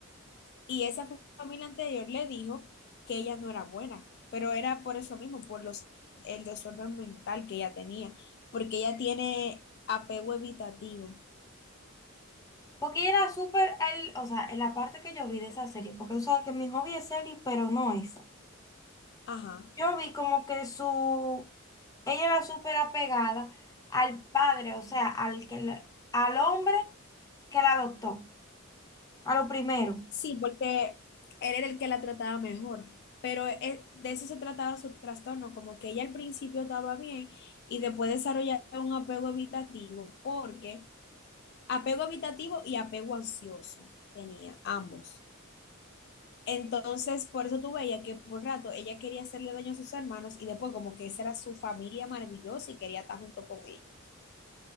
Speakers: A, on the left; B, on the left.
A: Y esa fa- familia anterior le dijo que ella no era buena, pero era por eso mismo, por los, el desorden mental que ella tenía, porque ella tiene apego evitativo.
B: Porque ella era súper, el- o sea, en la parte que yo vi de esa serie, porque tú sabes que mi hobby es serie, pero no esa.
A: Ajá.
B: Yo vi como que su, ella era súper apegada al padre, o sea, al que, le- al hombre que la adoptó, a lo primero.
A: Sí, porque él era el que la trataba mejor, pero eh, de eso se trataba su trastorno, como que ella al principio estaba bien y después desarrollaba un apego evitativo, porque apego evitativo y apego ansioso tenía ambos. Entonces, por eso tú veías que por rato ella quería hacerle daño a sus hermanos y después como que esa era su familia maravillosa y quería estar junto con ellos.